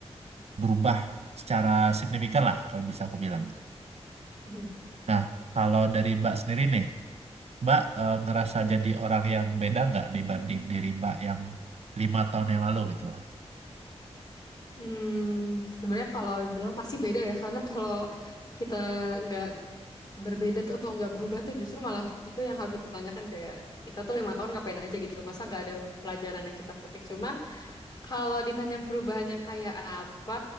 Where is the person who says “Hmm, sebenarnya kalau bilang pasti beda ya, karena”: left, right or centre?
Left